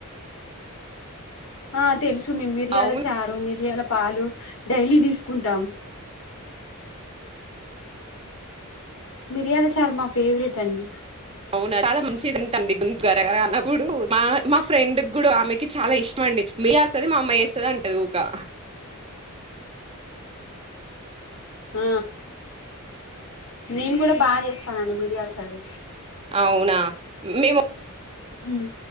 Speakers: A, on the left; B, on the right.
A: ఆ తెలుసు మేం మిరియాల
B: అవునా
A: చారు మిరియాల పాలు డైలీ తీసుకుంటాం మిరియాల చార్ మా ఫేవరెట్ అండి
B: అవునా చాలా మంచిదింటండి గొంతు గరగనప్పుడు మా మా ఫ్రెండ్ కూడా ఆమెకి చాలా ఇష్టం అండి మీ లేస్తది మా అమ్మ వేస్తుంది అంటది ఉకా
A: ఆ నేను కూడా బాగా చేస్తానండి మీరియాల చారు
B: అవునా మేము
A: ఉమ్